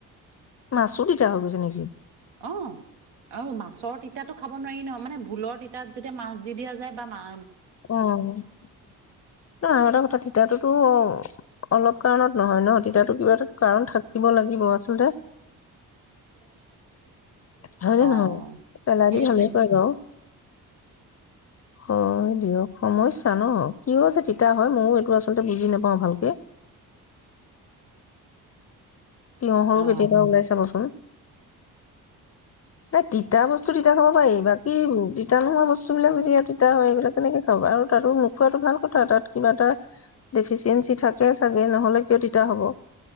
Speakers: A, on the left; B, on the right.
A: মাছো তিতা হৈ গৈছে নেকি?
B: অ আৰু মাছৰ তিতা টো খাব নোৱাৰি ন মানে ভুলৰ তিতাত যেতিয়া মাছ দি দিয়া যায়। বা মা
A: অ আৰু এটা কথা তিতাটোত অলপ কাৰণত নহয় নহ তিতাটো কিবাত কাৰণ থাকিব লাগিব আচলতে
B: <unintelligible>
A: হয়নে
B: অ
A: নহয় পেলাই
B: সেইটোৱে
A: দি ভালেই কয় বাও হয় দিয়ক সমম্যা ন কিয় যে তিতা হয় মইও এইটো আচলতে বুজি নাপাও ভালকে তিঁয়হৰো
B: অ
A: কেতিয়াবা ওলাই চাবচোন এ তিতা বস্তু তিতা খাব পাৰি বাকি তিতা নোহোৱা বস্তুবিলাক যদি তিতা হয় এইবিলাক কেনে কৈ খাব আৰু কথা তাত কিবা এটা ডেফিচিয়েঞ্চি থাকে চাগে নহ'লে কিয় তিতা হ'ব।